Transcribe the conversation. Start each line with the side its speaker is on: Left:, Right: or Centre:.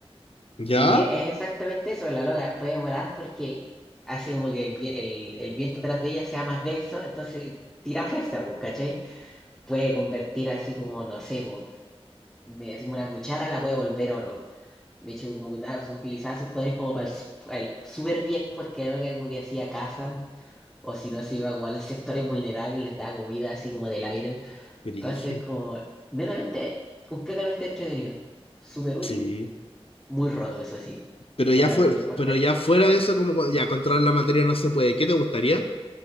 Left: ¿Ya?
Centre: Y es exactamente eso, la loca puede volar porque hace como que el, vi- el, el viento atrás de ella sea más denso, entonces tira fuerza, pues, ¿cachai? Puede convertir así como, no sé, po, me decimos una cuchara, la puede volver oro. De hecho, como que da- utilizaba sus poderes como para el, s- pa' el súper bien, porque era que como que hacía casa, o si no, se iba como a los sectores vulnerables, les daba comida así como del aire.
Left: Brígido.
Centre: Entonces, como, netamente, completamente entretenido. Súper útil,
Left: Sí.
Centre: muy roto, eso sí.
Left: Pero
Centre: Pero
Left: ya fue,
Centre: no me importa
Left: pero ya fuera de eso, como cu- ya controlar la materia no se puede. ¿Qué te gustaría?